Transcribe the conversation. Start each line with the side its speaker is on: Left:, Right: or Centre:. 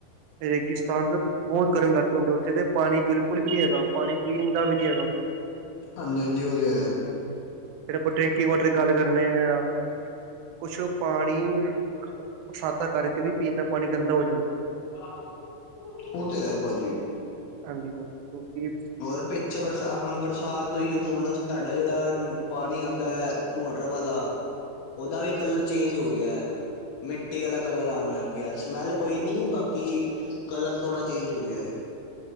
Right: ਰੇਗਿਸਤਾਨ ਦਾ ਬਹੁਤ ਗਰਮ, ਇਲਾਕੇ ਹੁੰਦੇ ਉਥੇ ਦੇ। ਪਾਣੀ ਬਿਲਕੁਲ, ਵੀ ਨੀ ਹੈਗਾ। ਪਾਣੀ ਪੀਣ, ਦਾ ਵੀ ਨੀ ਹੈਗਾ। ਉੱਥੇ,
Left: ਹਾਂਜੀ ਹਾਂਜੀ ਉਹ ਤੇ ਹੈ
Right: ਹਾਂਜੀ। ਫੇਰ ਆਪਾਂ ਡਰਿੰਕਿੰਗ, ਵਾਟਰ ਦੀ ਗਾਲ ਕਰਨੇ ਆਾਂ। ਕੁਛ ਔ ਪਾਣੀ, ਬਰਸਾਤਾ ਕਰਕੇ ਵੀ, ਪੀਣ ਦਾ ਪਾਣੀ, ਗੰਦਾ ਹੋ ਜਾਂਦਾ।
Left: <unintelligible> ਉਹ ਤੇ, ਹੈ ਭਾਜੀ।
Right: ਹਾਂਜੀ ਹਾਂਜੀ ਜੋ <unintelligible>
Left: ਹੋਰ ਪਿੱਛੇ ਬਰਸਾ ਹੁਣ ਬਰਸਾਤ ਹੋਈ ਹੁਣ ਸਾਡਾ ਜਿਹੜਾ ਪਾਣੀ ਆਉਂਦਾ ਏ ਮੋਟਰ ਵਾਲਾ ਉਹਦਾ ਵੀ ਕਲਰ ਚੇਂਜ ਹੋ ਗਿਆ ਹੈ। ਮਿੱਟੀ ਆਲਾ ਕਲਰ ਆਉਣ ਲੱਗ ਗਿਆ ਸਮੈਲ ਕੋਈ ਨਹੀਂ ਬਾਕੀ ਕਲਰ ਥੋੜਾ ਚੇਂਜ ਹੋ ਗਿਆ ਐ।